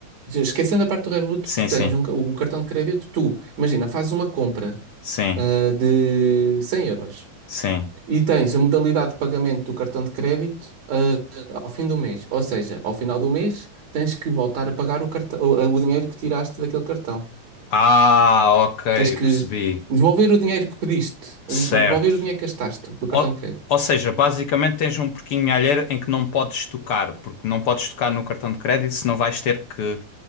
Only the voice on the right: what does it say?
Esquecendo a parte do Revolut,
tu tens
um ca- o cartão de crédito, tu, imagina, fazes uma compra
ah, de 100 euros.
E tens a modalidade de pagamento do cartão de crédito, ah, ao fim do mês. Ou seja, ao final do mês tens que voltar a pagar o cartão, o o dinheiro que tiraste daquele cartão.
Tens que
devolver o dinheiro que pediste, o-
devolver o dinheiro que gastaste do cartão
de crédito.